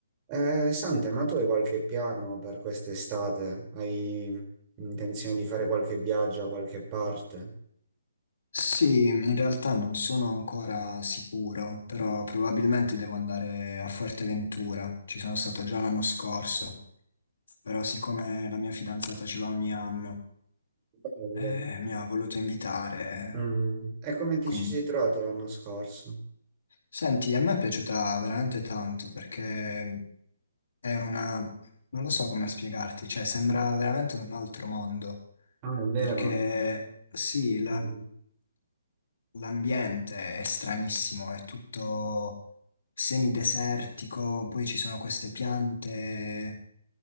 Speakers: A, on the right; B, on the left.
A: Eh, Sante, ma tu hai qualche piano per quest'estate? Hai intenzione di fare qualche viaggio a qualche parte?
B: Sì, in realtà non sono ancora sicuro, però probabilmente devo andare a Fuerteventura. Ci sono stato già l'anno scorso, però siccome la mia fidanzata ci va ogni anno,
A: Bello.
B: eh, mi ha voluto invitare,
A: Mm, E come ti
B: quindi...
A: ci sei trovato l'anno scorso?
B: Senti, a me è piaciuta veramente tanto perché è una... non lo so come spiegarti, cioè sembra veramente un altro mondo,
A: Ah, è vero.
B: perché sì,
A: Mm.
B: L'ambiente è stranissimo, è tutto semidesertico, poi ci sono queste piante,